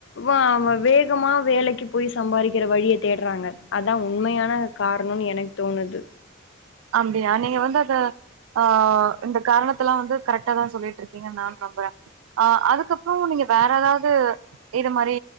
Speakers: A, on the left (about 65°); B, on the right (about 85°).
A: வா வ வேகமா வேலக்கி போய் சம்பாரிக்ற வழிய தேட்றாங்க அதா உண்மயான காரணம்னு எனக்கு தோணுது
B: அப்டியா நீங்க வந்து அத ஆஹ் இந்த காரணத்தல்லா வந்து கரெடா தான் சொல்லிற் இருக்கீங்கன்னு நான் நம்புறேன் ஆஹ் அதுக்கப்புற நீங்க வேற ஏதாவது இது மாதிரி